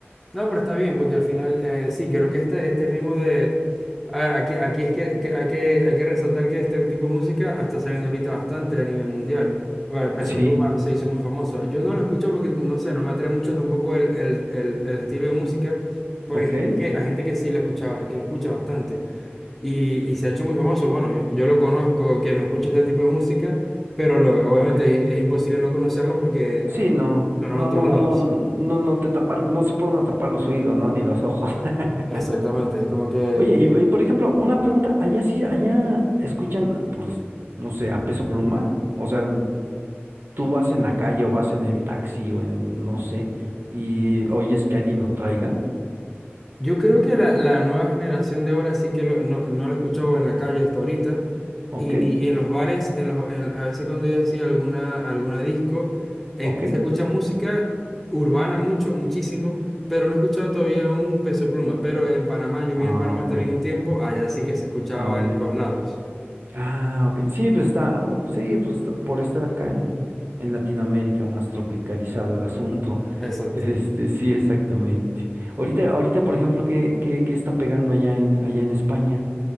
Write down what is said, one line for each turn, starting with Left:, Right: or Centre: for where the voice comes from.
Centre: No, pero está bien, porque al final, eh, sí, creo que este, este ritmo de... A ver, aquí, aquí es que, que hay que hay que resaltar que este tipo de música está saliendo ahorita bastante a nivel mundial. Bueno, Peso
Right: Sí,
Centre: Pluma se hizo muy famoso. Yo no lo escucho porque, no sé, no me atrae mucho tampoco el, el, el, el estilo de música, pero
Right: ok,
Centre: hay gente que, hay gente que sí lo escucha, que lo escucha bastante. y, y se ha hecho muy famoso. Bueno, yo, lo conozco, quien no escucha este tipo de música, pero lo, obviamente
Right: ok.
Centre: es, es imposible no conocerlo porque
Right: Sí,
Centre: ah,
Right: no,
Centre: sonaba
Right: no,
Centre: en
Right: no,
Centre: todos lados.
Right: no, no, no te tapa, no se pueden tapar los oídos, ¿no? Ni los ojos. <laughs>
Centre: Exactamente, es como que...
Right: Oye,
Centre: tiene-
Right: y, y, por ejemplo, una pregunta, allá sí, allá escuchan, pues, no sé, a Peso Pluma, o sea, tú vas en la calle o vas en el taxi o en no sé y oyes que alguien lo traiga,
Centre: Yo creo que la, la nueva generación de ahora sí que lo- no, no lo he escuchado en la calle hasta ahorita,
Right: ok,
Centre: Y, ni- y en los bares, en los, en- a veces cuando yo hacía alguna, alguna disco, eh,
Right: ok,
Centre: se escucha música urbana mucho, muchísimo, pero no he escuchado todavía un Peso Pluma. Pero en Panamá, yo
Right: ah,
Centre: viví en Panamá
Right: ok,
Centre: también un tiempo, allá sí que se escuchaba
Right: ah, muy
Centre: en
Right: bien,
Centre: todos lados.
Right: ah, ok, sí, pues está, uh, sí, pues está- por estar acá en, en Latinoamérica más tropicalizado el asunto,
Centre: Exacto.
Right: <laughs> este, sí, exactamente. Ahorita, ahorita, por ejemplo, ¿qué, qué, qué está pegando allá en, allá en España?